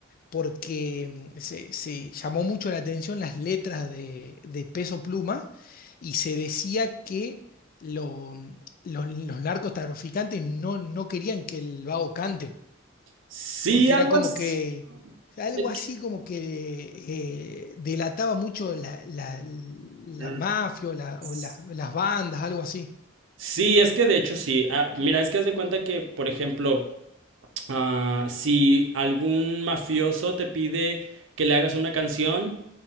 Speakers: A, on the left (about 45°); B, on the right (about 70°).
A: porque mm, se, se llamó mucho la atención las letras de, de Peso Pluma y se decía que lo- mm, los, los narcotraficantes no, no querían que el vago cante.
B: Sí,
A: porque
B: algo
A: era como
B: así.
A: que algo
B: Es
A: así
B: que-
A: como que eh, delataba mucho la, la, la
B: Mm,
A: mafia o, la-
B: s-
A: o la- las bandas, algo así.
B: Sí, es que de hecho sí. Ah, mira, es que haz de cuenta que, por ejemplo, Ah, si algún mafioso te pide que le hagas una canción,